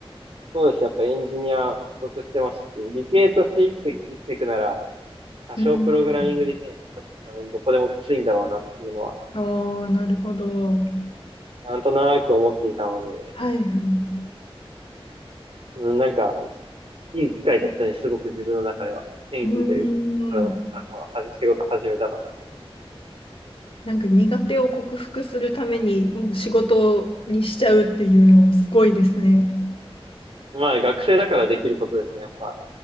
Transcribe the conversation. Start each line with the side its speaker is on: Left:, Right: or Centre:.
Right: そうですね。やっぱエンジニア不足してますし、理系として生きて、生きていくなら、多少プログラミングできないと、
Left: うん。
Right: 多分どこでもきついんだろうなっていうのは、
Left: ああ、なるほど。
Right: なんとなく思っていたので、
Left: はいはい。
Right: うん、なんか、いい機会でしたね。すごく自分の中では。転機というか、
Left: うー
Right: あの、あの
Left: ん。
Right: は仕事始めたのが。
Left: なんか苦手を克服するためにもう仕事にしちゃうっていうのはすごいですね。
Right: まあ、学生だからできることですね。やっぱ、